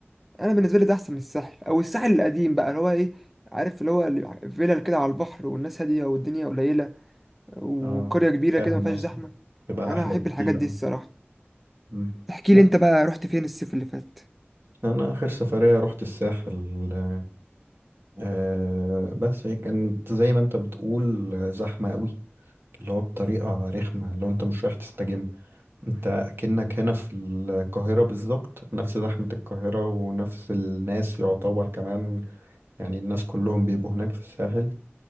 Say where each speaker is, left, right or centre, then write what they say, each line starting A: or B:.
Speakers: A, in the centre; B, on the right.
A: أنا بالنسبة لي ده أحسن من الساحل أو الساحل القديم بقى اللي هو إيه عارف اللي هو اللي- فيلل كده على البحر والناس هادية والدنيا قليلة وقرية
B: اه
A: كبيرة
B: فاهم
A: كده مفيهاش
B: قصدك
A: زحمة
B: تبقى
A: أنا
B: أحلى
A: أحب
B: بكتير
A: الحاجات دي
B: اه
A: الصراحة
B: مم.
A: احكي
B: لأ
A: لي أنت بقى رحت فين الصيف اللي فات
B: أنا آخر سفرية رحت الساحل آه، آه بس هي كانت زي ما انت بتقول آه، زحمة قوي اللي هو بطريقة رخمة اللي هو انت مش رايح تستجم انت كأنك هنا في القاهرة بالظبط نفس زحمة القاهرة ونفس الناس يعتبر كمان يعني الناس كلهم بيبقوا هناك في الساحل